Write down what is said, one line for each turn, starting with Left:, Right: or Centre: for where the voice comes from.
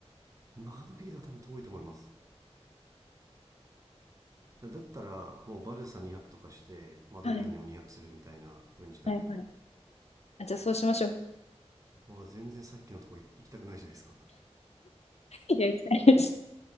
Right: マドリードは多分遠いと思いますだだったらもうバルサ2泊とかしてマドリードにも2泊するみたいな風にした方がいいかも
Left: はい。はいはい。あ、じゃあそうしましょう。
Right: わあ全然さっきのとこ行行きたくないじゃないですか
Left: <laughs> いや、行きたいです。